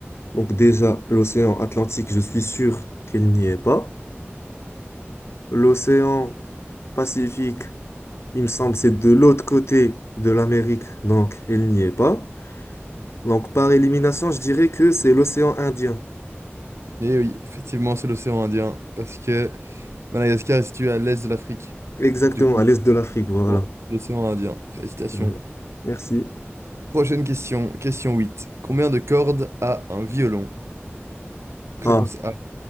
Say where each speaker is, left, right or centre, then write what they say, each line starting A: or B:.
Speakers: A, on the left (about 70°); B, on the right (about 85°).
A: Donc déjà, l'océan Atlantique, je suis sûr qu'il n'y est pas. L'océan Pacifique, il me semble, c'est de l'autre côté de l'Amérique, donc il n'y est pas. Donc par élimination, je dirais que c'est l'océan Indien.
B: Et oui, effectivement, c'est l'océan Indien parce que Madagascar est situé à l'est de l'Afrique.
A: Exactement,
B: Du coup,
A: à l'est de l'Afrique, voilà.
B: bon, l'océan Indien. Félicitations.
A: Mhm. Merci.
B: Prochaine question, question 8. Combien de cordes a un violon? Réponse
A: Ah.
B: A,